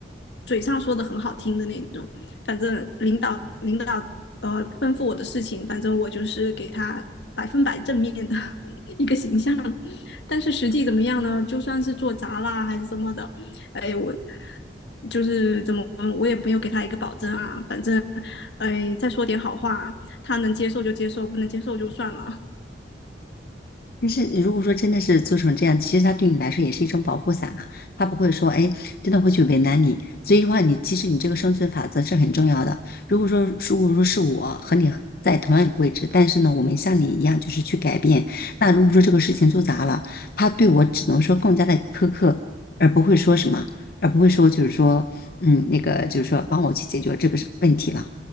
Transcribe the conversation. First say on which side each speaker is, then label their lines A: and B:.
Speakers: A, on the left (about 80°); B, on the left (about 55°).
A: 嘴上说的很好听的那种，反正领导领导呃吩咐我的事情，反正我就是给他百分百正面的 <laughs> 一个形象。但是实际怎么样呢？就算是做砸啦还是什么的，哎，我就是怎么我也没有给他一个保证啊。反正哎，再说点好话，他能接受就接受，不能接受就算了
B: 但是如果说真的是做成这样，其实他对你来说也是一种保护伞啊，他不会说，哎，真的会去为难你。所以的话，你其实你这个生存法则是很重要的。如果说如果说是我和你在同样一个位置，但是呢，我没像你一样就是去改变，那如果说这个事情做砸了，他对我只能说更加的苛刻，而不会说什么，而不会说就是说，嗯，那个就是说帮我去解决这个问题了。